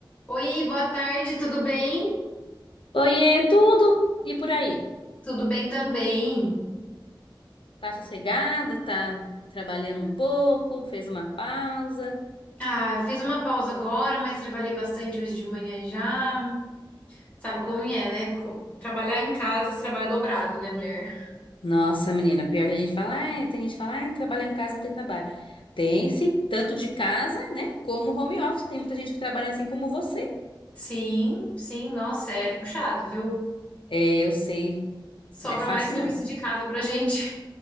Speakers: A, on the left; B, on the left.
A: Oi, boa tarde, tudo bem?
B: Oiê, tudo? E por aí?
A: Tudo bem também.
B: Tá sossegado? Tá trabalhando um pouco? Fez uma pausa?
A: Ah, fiz uma pausa agora, mas trabalhei bastante hoje de manhã já. Sabe como é, né? Co- Trabalhar em casa, você trabalha dobrado, né, mulher?
B: Nossa, menina, pior que a gente fala, ah, tem gente que fala, ah, trabalhar em casa não tem trabalho. Tem sim, tanto de casa, né, como home office. Tem muita gente que trabalha assim como você.
A: Sim, sim, nossa, é puxado, viu?
B: É, eu sei,
A: Sobra
B: não é fácil
A: mais serviço
B: não.
A: de casa pra gente.